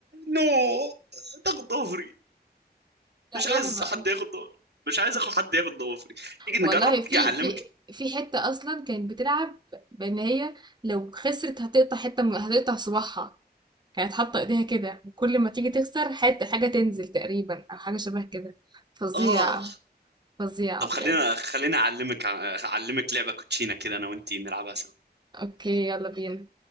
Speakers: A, on the right; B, on the right.
A: نو هتاخد ضوافري
B: لا
A: مش عايز
B: روح بقى
A: حد ياخد ضوافري مش عايز اخد حد ياخد ضوافري تيجي نجرب
B: والله
A: تيجي
B: في
A: اعلمك
B: في في حتة اصلا كانت بتلعب بان هي لو خسرت هتقطع حتة من هتقطع صباعها كانت حاطة ايديها كده وكل ما تيجي تخسر حتة حاجة تنزل تقريبا او حاجة شبه كده فظيعة
A: اه
B: فظيعة
A: طب خلينا
B: بجد
A: خلينا اعلمك اعلمك لعبه كوتشينه كده انا وانتي نلعبها
B: اوكي يلا بينا